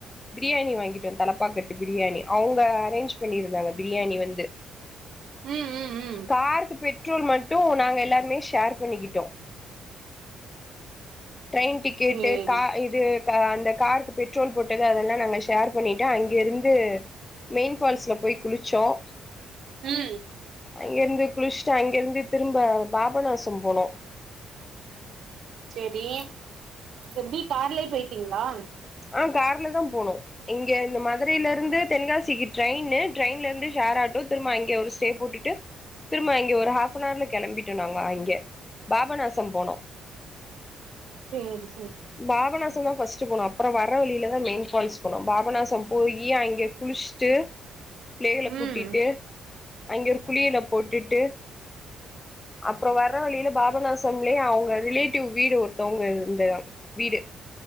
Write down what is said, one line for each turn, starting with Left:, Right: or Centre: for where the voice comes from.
Left: பிரியாணி வாங்கிட்டும் தலப்பாக்கட்டு பிரியாணி அவங்க அரேஞ்ச் பண்ணிருந்தாங்க பிரியாணி வந்து
Right: ம் ம் ம்
Left: காருக்கு போய்ட் பெற்றேர் மட்டும் நாங்க எல்லாருமே ஷேர் பண்ணிக்கிட்டு ட்டம் டிரெயின் டிக்கெட்டு்
Right: சேரி
Left: கா இது அந்த காருக்கு பெட்ரோல் போட்டது அதெல்லாம் நாங்க ஷேர் பண்ணிட்டு அங்கிருந்து மெயின் பால்ஸ்ல போய் குளிச்சோம்
Right: ம்
Left: அங்கிருந்து குளிச்சுடு அங்கிருந்து திரும்ப பாபநாசம் போனோம்
Right: சேரிஎப்டி கார்லே போயிட்டீங்களா
Left: ஆஹ் கார்ல தான் போனோம் இங்க இந்த மதுரையில இருந்து தென்காசிக்கு ட்ரெயின் ட்ரெயின்ல ருந்து ஷேர் ஆட்டோ திரும்ப அங்க ஒரு ஸ்டே போட்டுட்டு திரும்ப இங்க ஒரு ஹாஃப் அவர்ல கிளம்பிட்டு நாங்க அங்க பாபநாசம் போனோம்
Right: சேரி சரி
Left: பாபனாச தான் பஸ்ட் திருச்சி போலம் அப்பறம் வர வழியில தான் மெயின் பால்ஸ் போனம் பாபநாஸ் போயி அங்க குளிச்சுட்டு பிள்ளகள
Right: ம்
Left: கூட்டிட்டு அங்க ஒரு குளியில போட்டுட்டு அப்பறம் வரற வழியில பாபநாசத்தூலயே அவங்க ரிலேட்டிவ் வீடு ஒருத்தவங்க இருந்த வீடு